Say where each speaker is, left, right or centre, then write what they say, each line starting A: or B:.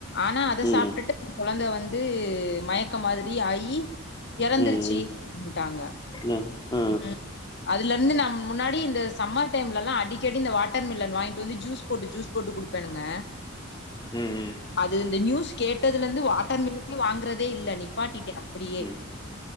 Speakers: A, on the left (about 55°); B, on the left (about 20°).
A: ஆனா அதை
B: ம்,
A: சாப்பிட்டு குழந்தை வந்து வந்து மயக்கம் மாதிரி ஆயி இறந்துருச்சுன்ட்டாங்க
B: ம், ம். ஆ, ஆ.
A: ம் அதுல இருந்து நம் முன்னாடி இந்த சம்மர் டைம்லலாம் அடி அடிக்கடி இந்த வாட்டர் மில்லன் வாங்கிட்டு வந்து ஜூஸ் போட்டு ஜூஸ் போட்டு குடுப்பனுங்க
B: ம் ம்
A: அது இந்த நியூஸ் கேட்டதுல இருந்து வாட்டர் மில்லனே வாங்குறதே இல்ல நிப்பாட்டிட்டே அப்படியே
B: ம்.